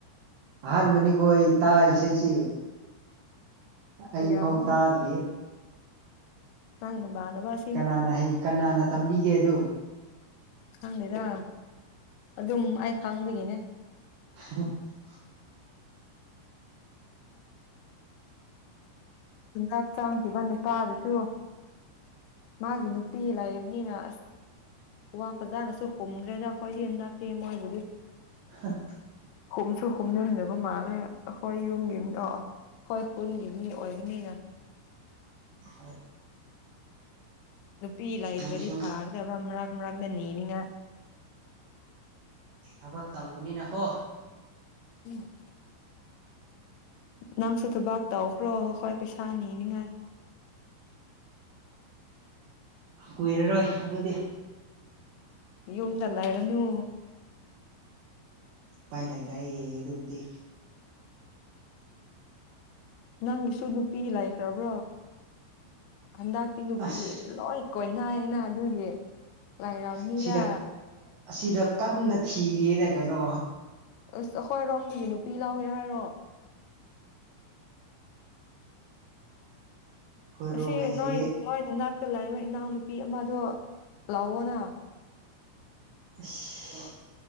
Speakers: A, on the right; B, on the left.
A: ꯑꯍꯥꯟꯕꯅꯤꯀꯣ ꯑꯩ ꯇꯥꯔꯤꯁꯦ-ꯁꯤ꯫ ꯑꯩ
B: ꯄꯤꯔꯝꯅꯤ
A: ꯐꯥꯎ ꯇꯥꯗ꯭ꯔꯤꯌꯦ꯫
B: ꯅꯪ ꯅꯥꯟꯕ-ꯁꯤ꯫
A: ꯀꯅꯥꯅ ꯍꯩ ꯀꯅꯥꯅ ꯇꯝꯕꯤꯒꯦ ꯑꯗꯨ꯫
B: ꯈꯪꯗꯦꯗ ꯑꯗꯨꯝ ꯑꯩ ꯈꯡꯕꯒꯤꯅꯦ꯫
A: <unintelligible>
B: ꯍꯟꯗꯥꯛ ꯆꯥꯡꯈꯤꯕ ꯅꯨꯄꯥꯗꯨꯁꯨ꯫ ꯃꯥꯒꯤ ꯅꯨꯄꯤ ꯂꯩꯕꯅꯤꯅ ꯑꯁ ꯋꯥ ꯐꯖꯥꯅꯁꯨ ꯍꯨꯝꯗ꯭ꯔꯦꯗ ꯑꯩꯈꯣꯏꯗꯤ ꯍꯟꯗꯥꯛꯇꯤ ꯃꯣꯏꯕꯨꯗꯤ꯫
A: ꯍꯥ
B: ꯍꯨꯝꯁꯨ ꯍꯨꯝꯅꯤꯡꯗꯕ ꯃꯥꯜꯂꯦ ꯑꯍꯣꯏ ꯌꯨꯝꯒꯤ ꯑꯣ-ꯑꯗꯣꯏ ꯈꯨꯟꯒꯤ ꯃꯤ ꯑꯣꯏꯕ <unintelligible>
A: ꯑ <inaudible>
B: ꯅꯨꯄꯤ ꯂꯩꯇ꯭ꯔꯗꯤ
A: ꯃꯣꯏꯁꯨ
B: ꯐꯥꯒꯗꯕ ꯃꯔꯥꯛ-ꯃꯔꯥꯛꯗ ꯅꯤꯅꯤꯉꯥꯏ꯫
A: ꯊꯕꯛ ꯇꯧꯕꯅꯤꯅꯀꯣ꯫
B: ꯎꯝ ꯅꯪꯁꯨ ꯊꯕꯥꯛ ꯇꯧꯈ꯭ꯔꯣ ꯑꯈꯣꯏ ꯄꯩꯁꯥ ꯅꯤꯅꯤꯉꯥꯏ꯫
A: ꯀꯨꯏꯔꯔꯣꯏ ꯑꯗꯨꯗꯤ
B: ꯌꯨꯝꯗ ꯂꯩꯔꯅꯨ꯫
A: ꯎꯄꯥꯏ ꯂꯩ ꯇꯥꯏ ꯑꯗꯨꯕꯨꯗꯤ꯫
B: ꯅꯪꯒꯤꯁꯨ ꯅꯨꯄꯤ ꯂꯩꯈ꯭ꯔꯕ꯭ꯔꯣ? ꯍꯟꯗꯛꯇꯤ ꯅꯨꯄꯤ
A: ꯑꯁ
B: ꯂꯣꯏ ꯀꯣꯏꯅꯩꯌꯦꯅ ꯑꯗꯨꯒꯤ ꯂꯩꯥꯔꯝꯅꯤꯗ
A: ꯁꯤꯗ ꯑꯁꯤꯗ ꯀꯟꯅ ꯊꯤꯔꯦꯅ ꯀꯩꯅꯣ
B: ꯑꯁ ꯑꯩꯈꯣꯏ ꯔꯣꯝꯗꯒꯤ ꯅꯨꯄꯤ ꯂꯧꯋꯦ ꯍꯥꯏꯔꯣ?
A: ꯈꯣꯏꯔꯣꯝ
B: ꯑꯁꯤ
A: ꯍꯩꯁꯦ
B: ꯅꯣꯏ ꯅꯣꯏꯅ ꯅꯥꯛꯇ ꯂꯥꯛꯏꯕ ꯏꯅꯥꯎꯅꯨꯄꯤ ꯑꯃꯗꯣ ꯂꯥꯑꯣꯑꯣꯅ
A: ꯑꯁ